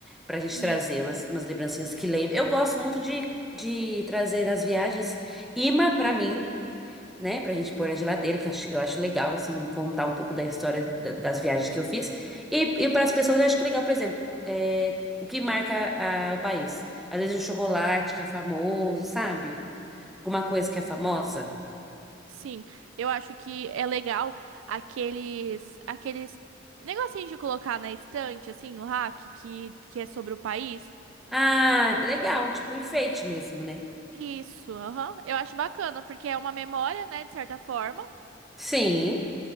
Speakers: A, in the centre; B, on the right (about 80°).
A: Pra gente
B: Isso.
A: trazer umas, umas lembrancinhas que lembram. Eu gosto muito de, de trazer das viagens imã pra mim. né, pra gente pôr na geladeira, que acho- eu acho legal, assim, contar um pouco da história da- das viagens que eu fiz. E, e para as pessoas, eu acho que legal, por exemplo, é, o que marca ah, o país. Às vezes um chocolate que é famoso, sabe? Alguma coisa que é famosa.
B: Sim. Eu acho que é legal aqueles aqueles negocinhos de colocar na estante assim, no rack, que que é sobre o país.
A: Ah, legal, tipo um enfeite mesmo, né?
B: Isso, aham. Eu acho bacana, porque é uma memória, né, de certa forma.
A: Sim,